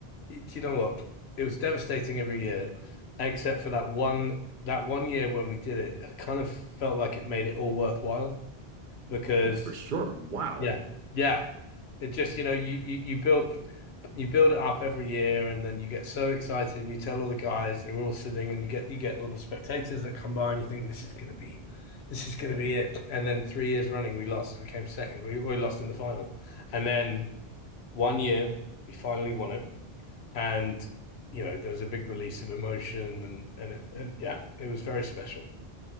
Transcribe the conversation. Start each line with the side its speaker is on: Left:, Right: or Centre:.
Left: do you know what? It was devastating every year, except for that one that one year when we did it. I kind of felt like it made it all worthwhile because
Right: Oh, for sure. Wow.
Left: yeah, yeah. It just, you know, you you you build you build it up every year and then you get so excited and you tell all the guys and we're all sitting and you get you get all the spectators that come by and you think this is gonna be this is gonna be it. And then three years running we lost. We came second. We we lost in the final. And then one year, we finally won it, and you know there was a big release of emotion, and and it, and yeah, it was very special.